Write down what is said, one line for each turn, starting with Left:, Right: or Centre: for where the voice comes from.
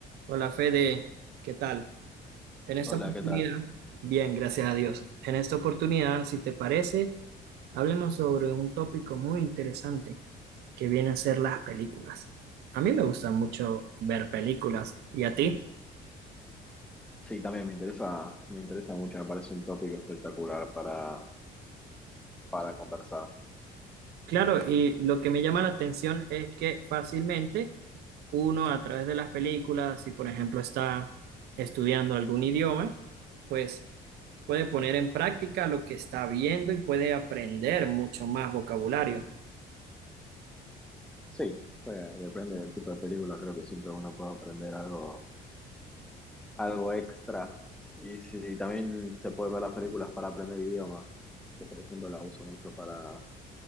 Right: Hola Fede, ¿qué tal? En esta
Centre: Hola,
Right: oportunidad,
Centre: ¿qué tal?
Right: bien, gracias a Dios. En esta oportunidad, si te parece, háblenos sobre un tópico muy interesante que viene a ser las películas. A mí me gusta mucho ver películas, ¿y a ti?
Centre: Sí, también me interesa, me interesa mucho, me parece un tópico espectacular para, para conversar.
Right: Claro, y lo que me llama la atención es que fácilmente uno a través de las películas, si por ejemplo está estudiando algún idioma, pues puede poner en práctica lo que está viendo y puede aprender mucho más vocabulario.
Centre: Sí, eh, depende del tipo de película, creo que siempre uno puede aprender algo, algo extra. Y sí, sí, también se puede ver las películas para aprender idiomas. Yo, por ejemplo, las uso mucho para,